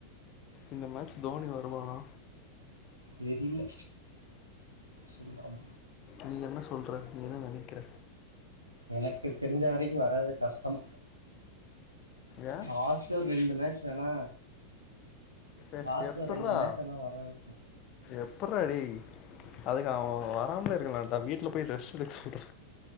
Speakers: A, on the left (about 35°); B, on the right (about 85°).
A: இந்த மேட்ச் தோனி வருவானா
B: தெரில சொல்லாம்
A: நீ என்ன சொல்ற நீ என்ன நெனக்கிற
B: எனக்கு தெரிஞ்ச வரைக்கு வராது கஷ்டம்
A: ஏ
B: லாஸ்டு ஒரு ரெண்டு ஃமேட்ச் வேனா
A: எ
B: லாஸ்டு
A: எப்புட்றா
B: ரெண்டு ஃமேட்வேனா வராது
A: எப்புட்றா டேய் அதுக்கு அவ வராமலே இருக்கலான்டா வீட்ல போய் ரெஸ்ட் எடுக்க சொல்ற